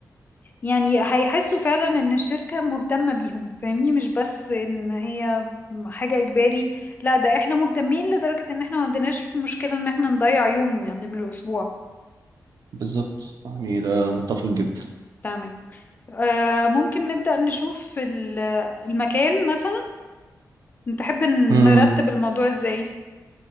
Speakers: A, on the left; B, on the right.
A: يعني هيحسوا فعلا ان الشركه مهتمه بيهم فاهمني مش بس ان هي حاجه اجباري لا ده احنا مهتمين لدرجه ان احنا ما عندناش مشكله ان احنا نضيع يوم يعني من الاسبوع
B: بالظبط يعني ده متفق جدا
A: تمام آه، ممكن نبدأ نشوف ال- المكان مثلا نتحب نرتب
B: امم
A: الموضوع ازاي